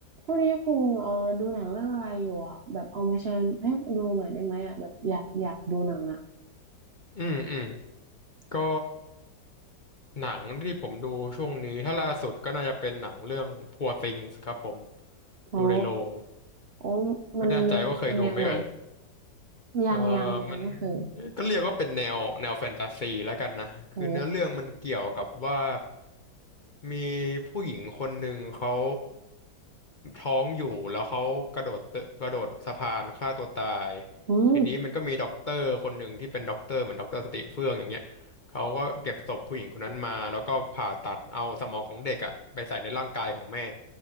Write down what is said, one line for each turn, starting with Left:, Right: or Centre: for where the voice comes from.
Right: ทวกนี้คุณเออดูหนังเรื่องอะไรอยู่อ่ะแบบเอามาแชร์ให้ดูหน่อยได้ไหมอ่ะแบบอยากอยากดูหนังอ่ะ
Left: อืมอืมก็หนังที่ผมดูช่วงนี้ถ้าล่าสุดก็น่าจะเป็นหนังเรื่อง Poor Things ครับผม
Right: โอ้
Left: ดูในโรง
Right: โอ้
Left: ไม่แน่ใจว่าเคยดูไหมเอ่ย
Right: มันมันเป็นแนวไหนยังยังยังไม่เคย
Left: เออมันก็เรียกว่าเป็นแนวแนวแฟนตาซีแล้วกันนะคือเนื้อเรื่องมันเกี่ยวกับว่า
Right: โอ้
Left: มีผู้หญิงคนหนึ่งเขาท้องอยู่แล้วเขากระโดดตึกกระโดดสะพานฆ่าตัวตาย
Right: อืม
Left: ทีนี้มันก็มีด็อกเตอร์คนหนึ่งที่เป็นด็อกเตอร์เหมือนด็อกเตอร์สติเฟื่องอย่างเงี้ยเขาก็เก็บศพผู้หญิงคนนั้นมาแล้วก็ผ่าตัดเอาสมองของเด็กอะไปใส่ในร่างกายของแม่